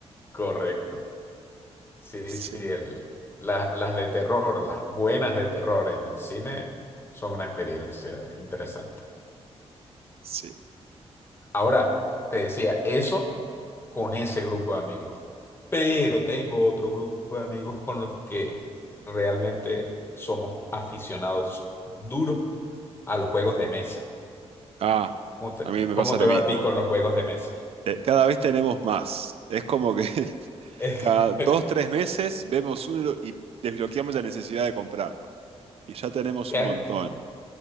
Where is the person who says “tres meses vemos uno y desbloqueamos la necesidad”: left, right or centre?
Right